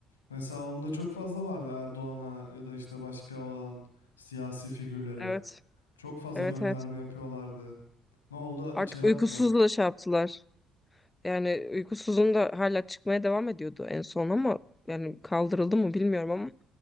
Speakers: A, on the left; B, on the left.
A: Mesela onda çok fazla vardı Erdoğan'a ya da işte başka olan siyasi figürlere.
B: Evet.
A: Çok fazla
B: Evet
A: gönderme
B: evet.
A: yapıyorlardı. Ne oldu?
B: Artık
A: İçeri
B: uykusuzla
A: attılar.
B: şey yaptılar. Yani uykusuzun da hala çıkmaya devam ediyordu en son ama yani kaldırıldı mı bilmiyorum ama